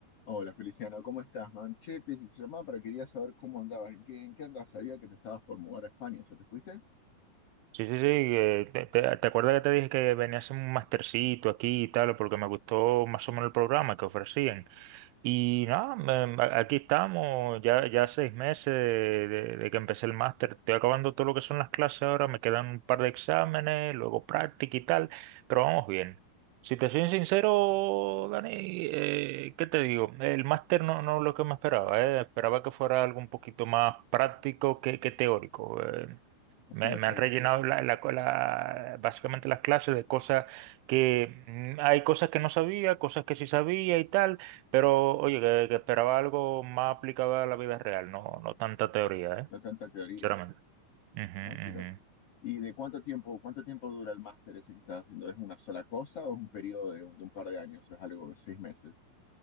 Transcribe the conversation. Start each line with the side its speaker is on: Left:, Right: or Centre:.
Left: Hola Feliciano, ¿cómo estás, man? Che, te te llamaba para quería saber cómo andabas, ¿en qué, en qué andabas? Sabía que te estabas por mudar a España, ¿ya te fuiste?
Right: Sí, sí, sí. eh, te, te- ¿te acuerdas que te dije que venía a hacer un mastercito aquí y tal? Porque me gustó más o menos el programa que ofrecían. Y nada, me- a- aquí estamos, ya, ya seis meses de, de que empecé el máster. Estoy acabando todo lo que son las clases ahora, me quedan un par de exámenes, luego práctica y tal, pero vamos bien. Si te soy sincero, Dani, eh, ¿qué te digo? El máster no, no es lo que me esperaba, eh. Esperaba que fuera algo un poquito más práctico que, que teórico. eh.
Left: Así,
Right: Me,
Left: o
Right: me
Left: sea,
Right: han
Left: es-
Right: rellenado la, la- la- básicamente las clases de cosas que mm, hay cosas que no sabía, cosas que sí sabía y tal, pero oye, que, que esperaba algo más aplicado a la vida real, no, no tanta teoría, ¿eh?
Left: no tanta teoría.
Right: Sinceramente. Ujú,
Left: Ah, qué
Right: ujú.
Left: ¿Y de cuánto tiempo, cuánto tiempo dura el máster ese que estás haciendo? ¿Es una sola cosa o es un periodo de, un de un par de años? ¿Es algo de seis meses?